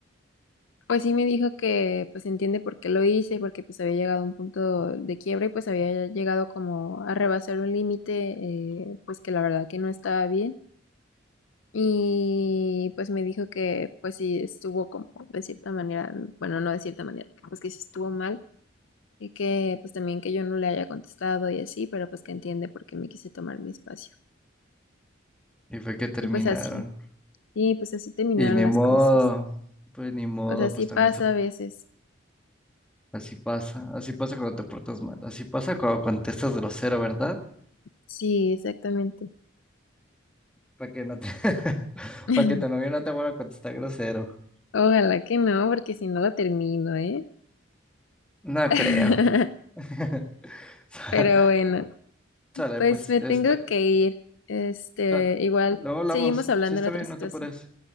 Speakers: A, on the left (about 80°); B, in the centre.
A: Pues sí me dijo que pues entiende por qué lo hice, porque pues había llegado a un punto de quiebra y pues había llegado como a rebasar un límite, eh, pues que la verdad que no estaba bien. Y pues me dijo que pues sí estuvo como de cierta manera, bueno, no de cierta manera, pues que sí estuvo mal Y que pues también que yo no le haya contestado y así, pero pues que entiende por qué me quise tomar mi espacio.
B: Y fue que terminaron.
A: Y pues así, sí, pues así terminaron
B: Y ni
A: las
B: modo,
A: cosas.
B: pues ni modo,
A: Pues así
B: pues
A: pasa
B: también se-
A: a veces.
B: así pasa, así pasa cuando te portas mal, así pasa cuando contestas grosero, ¿verdad?
A: Sí, exactamente.
B: Para que no te, <laughs>
A: <laughs>
B: para que tu novio no te vuelva a contestar grosero.
A: Ojalá que no, porque si no lo termino, ¿eh?
B: No
A: <laughs>
B: creo. <laughs> Sa-
A: Pero bueno,
B: Sale,
A: pues
B: pues,
A: me
B: este,
A: tengo que ir. Este,
B: sal-
A: igual
B: luego hablamos.
A: seguimos hablando
B: Sí, está
A: en otra
B: bien,
A: situación.
B: no te apures.